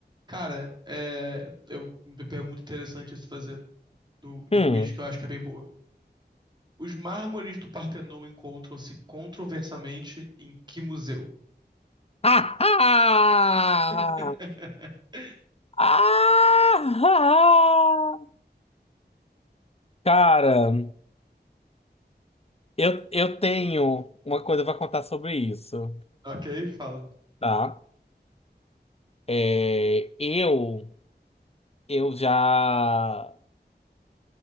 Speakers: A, on the right; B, on the left.
A: Cara, é, eu, uma pergunta interessante a se fazer do, do
B: Hum.
A: quiz, que eu acho
B: <laughs>
A: que é bem boa. Os mármores do Partenon encontram-se controversamente em que museu?
B: Ah! Ah!
A: <laughs>
B: ah ah. Cara, eu, eu tenho uma coisa pra contar sobre isso,
A: Ok, fala.
B: tá? É, eu eu já